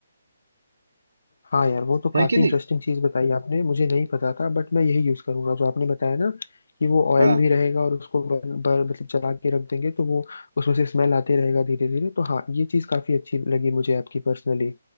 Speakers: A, on the left; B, on the right.
A: हाँ यार वो तो
B: है
A: काफी
B: कि नहीं
A: इंटरेस्टिंग चीज बताई आपने मुझे नहीं पता था बट मैं यही यूज करूंगा जो आपने बताया ना कि वो ऑयल
B: हाँ
A: भी रहेगा और उसको बर्न बर मतलब जला के रख देंगे तो वो उसमें से स्मेल आते रहेगा धीरे धीरे तो हाँ ये चीज काफी अच्छी लगी मुझे आपकी पर्सनली